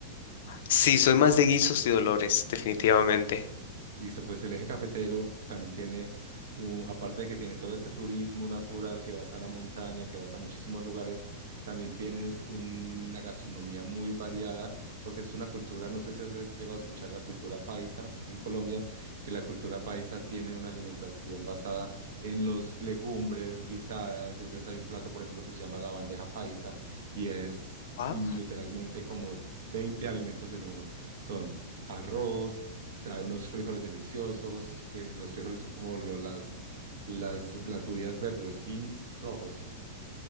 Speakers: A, on the left; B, on the right.
A: Sí, soy más de guisos y dolores, definitivamente.
B: Listo, pues el eje cafetero también tiene, un- aparte de que tiene todo este turismo natural, que vas a la montaña, que vas a muchísimos lugares, también tienes una gastronomía muy variada, porque es una cultura, no sé si has llegado a escuchar la cultura paisa en Colombia, que la cultura paisa tiene una alimentación basada en los legumbres guisadas, entonces hay un plato, por ejemplo, que se llama la bandeja paisa y es
A: Wow.
B: mm, literalmente como 20 alimentos en uno. Son arroz, trae unos frijoles deliciosos, que los frijoles son como lo- las, las, las judías verdes, los beans rojos